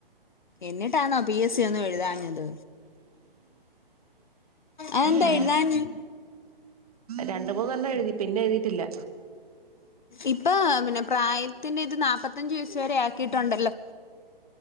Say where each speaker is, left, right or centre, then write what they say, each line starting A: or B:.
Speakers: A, on the left; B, on the right.
A: എന്നിട്ടാണോ പി എസ് സി ഒന്നും എഴുതാഞ്ഞത് അതെന്താ
B: ആ
A: എഴുതാന്ന്
B: രണ്ട് മൂന്ന് എണ്ണം എഴുതി പിന്നെ എഴുതിട്ടില്ല
A: ഇപ്പൊ പിന്നെ പ്രായത്തിന്റെ ഇത് നാല്പത്തഞ്ചു വയസ്സ് വരെ ആക്കിയിട്ടുണ്ടല്ലോ